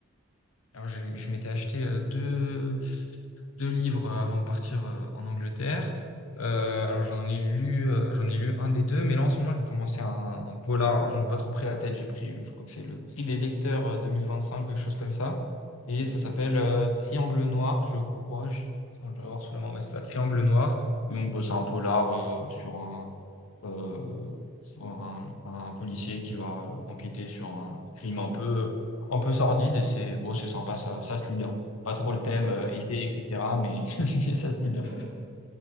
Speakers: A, on the left; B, on the left.
A: Alors, je, je m'étais acheté euh, deux, deux livres euh, avant de partir euh, en Angleterre. Euh, alors, j'en ai lu, euh, j'en ai lu un des deux, mais là, en ce moment, j'ai commencé un, un polar. Alors, je n'ai pas trop pris la tête. J'ai pris, euh, je crois que c'est le prix des lecteurs euh, 2025, quelque chose comme ça. Et
B: Hmm,
A: ça s'appelle euh, Triangle Noir, je crois. Je, je dois l'avoir sous la main. Ouais, c'est ça, Triangle Noir. Et donc, bon, c'est un polar euh, sur un euh, pour un, un policier qui va enquêter sur un crime un peu, un peu sordide et c'est bon, c'est sympa, ça, ça se lit bien. Pas trop le thème
B: d'accord.
A: euh, été, etc. Mais, <laughs> mais ça se lit bien.
B: <laughs> Non.